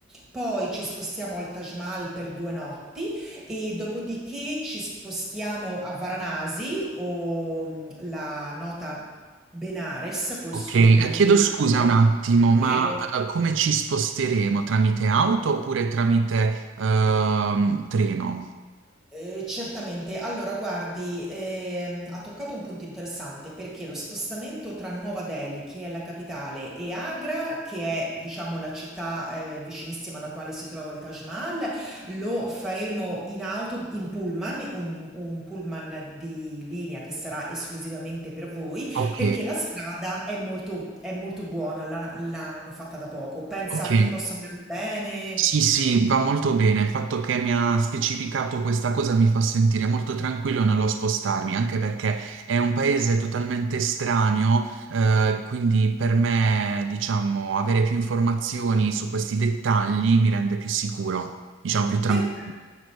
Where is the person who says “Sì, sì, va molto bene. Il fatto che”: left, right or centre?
Right